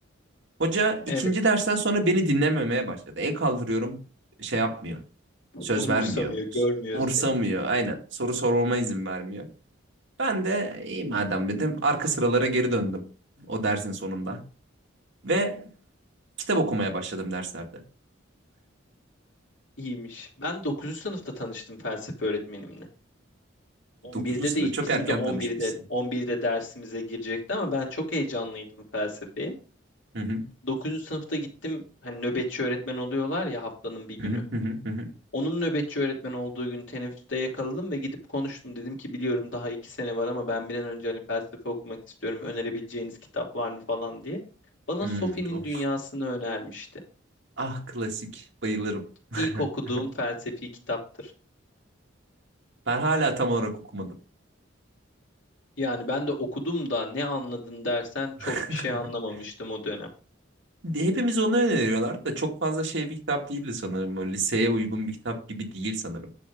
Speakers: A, on the right; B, on the left.
A: Hoca ikinci
B: evet.
A: dersten sonra beni dinlememeye başladı. El kaldırıyorum şey yapmıyor.
B: <laughs>
A: Söz
B: Umursamıyor,
A: vermiyor.
B: görmüyor
A: Umursamıyor.
B: seni.
A: Aynen. Soru sorulma izin vermiyor. Ben de iyi madem dedim. Arka sıralara geri döndüm. O dersin sonunda. Ve kitap okumaya başladım derslerde.
B: İyiymiş. Ben dokuzuncu sınıfta tanıştım felsefe öğretmenimle. 11'de
A: Dokuzuncu sırada
B: değil,
A: çok
B: bizim
A: erken
B: de 11'de
A: tanışmışsın.
B: 11'de dersimize girecekti ama ben çok heyecanlıydım felsefeye.
A: Hı hı,
B: Dokuzuncu sınıfta gittim, hani nöbetçi öğretmen oluyorlar ya haftanın bir günü.
A: hı hı, hı hı, hı hı.
B: Onun nöbetçi öğretmen olduğu gün teneffüste yakaladım ve gidip konuştum. Dedim ki biliyorum daha iki sene var ama ben bir an önce hani felsefe okumak istiyorum. Önerebileceğiniz kitap var mı falan diye. Bana
A: Hmm,
B: Sophie'nin
A: tamam.
B: Dünyası'nı önermişti.
A: Ah klasik. Bayılırım. <laughs>
B: İlk okuduğum felsefi kitaptır.
A: Ben hala tam olarak okumadım.
B: Yani ben de okudum da ne anladın dersen çok
A: <laughs>
B: bir şey anlamamıştım o dönem.
A: Hepimiz onu öneriyorlar da çok fazla şey bir kitap değildi sanırım. Böyle liseye uygun bir kitap gibi değil sanırım.